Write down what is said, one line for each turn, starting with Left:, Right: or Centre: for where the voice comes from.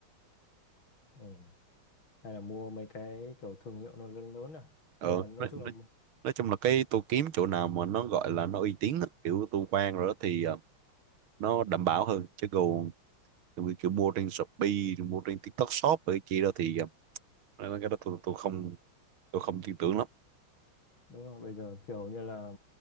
Left: ừ. hay là mua mấy cái kiểu thương hiệu nó lớn lớn à
Right: ờ,
Left: nhưng mà nói
Right: nói,
Left: chung
Right: nói,
Left: là
Right: nói chung là cái tôi kiếm chỗ nào mà nó gọi là nó uy tín á, kiểu tôi quen rồi đó thì uh, nó đảm bảo hơn chứ còn kiểu, kiểu mua trên Shopee rồi mua trên TikTok Shop rồi cái kia đó thì uh, cái đó tôi tôi không tôi không tin tưởng lắm
Left: đúng rồi bây giờ kiểu như là